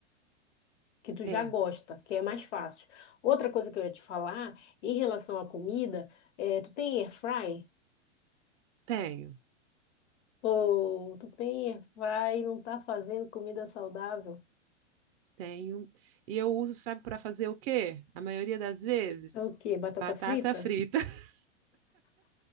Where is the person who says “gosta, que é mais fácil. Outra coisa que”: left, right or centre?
Left